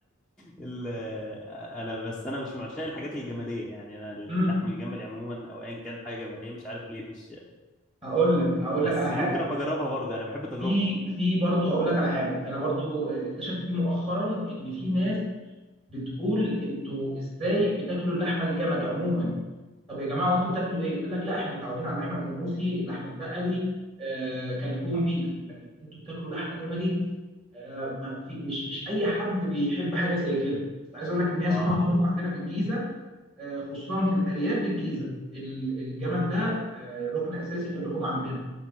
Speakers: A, in the centre; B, on the right.
A: ال- انا بس انا مش من عشاق الحاجات الجمالية يعني انا اللحم
B: امم
A: الجملي عموما او ايا كان حاجة جمالية مش عارف ليه مش
B: هقول لك هقول
A: بس
B: لك على حاجه
A: ممكن ابقى اجربها برضه يعني بحب التجربة
B: في في برضه هقول لك على حاجه انا برضه آه، اكتشفت دي مؤخرا ان في ناس بتقول انتوا ازاي بتاكلوا اللحمه الجملي عموما طب يا جماعه وانتوا بتاكلوا ايه؟ قال لك لا احنا متعودين على اللحمه الجاموسي اللحمه البقري آه كالهوم بيف لكن انتوا بتاكلوا لحمه جملي آه ما في مش مش اي حد بيحب حاجه زي كده بس عايز اقول لك ان هي
A: اه
B: ثقافه برضه عندنا في الجيزه آه خصوصا في الارياف في الجيزه ال- الجمل ده آه ركن اساسي في اللحوم عندنا